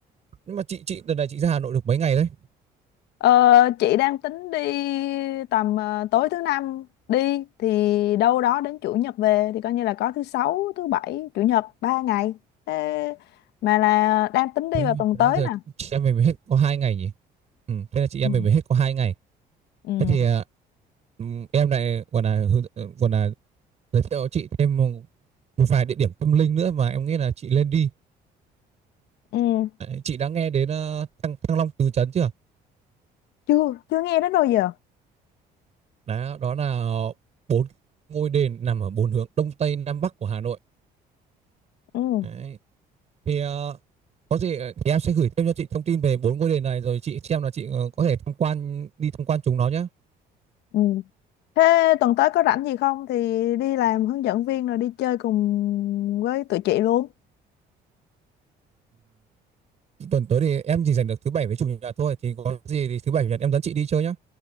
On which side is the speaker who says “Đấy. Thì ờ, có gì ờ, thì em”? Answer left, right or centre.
Right